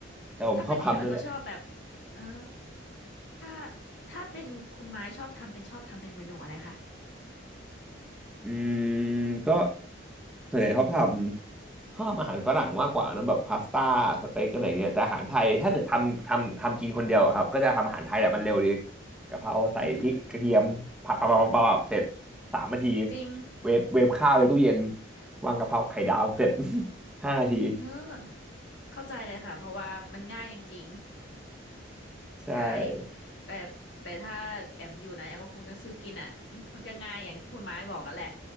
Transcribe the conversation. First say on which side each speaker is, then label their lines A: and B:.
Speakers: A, in the centre; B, on the left (about 60°).
A: แต่ผมชอบทำด้วยแหละ
B: ถ้าเป็นแอมมันก็ชอบแบบเออถ้าถ้าเป็นคุณไม้ชอบทำเป็นชอบทำเป็นเมนูอะไรคะ
A: อืมก็ส่วนใหญ่ชอบทำชอบอาหารฝรั่งมากกว่านะแบบพาสต้าสเต็กอะไรเงี้ยแต่อาหารไทยถ้าเกิดทำทำทำกินคนเดียวอะครับก็จะทำอาหารไทยแหละมันเร็วดีกะเพราใส่พริกกระเทียมผัดปับปับปับปับเสร็จ
B: อืม
A: สามนาที
B: จริง
A: เวฟเวฟข้าวในตู้เย็น
B: ทั้ง
A: วางกะเพราไข่ดาวเสร็จ <laughs> ห้านาที
B: เออเข้าใจเลยค่ะเพราะว่ามันง่ายจริงๆใช่
A: ใช่
B: แต่แต่ถ้าแอมอยู่นะแอมก็คงจะซื้อกินอ่ะอืมมันก็ง่ายอย่างที่คุณไม้บอกกันแหละ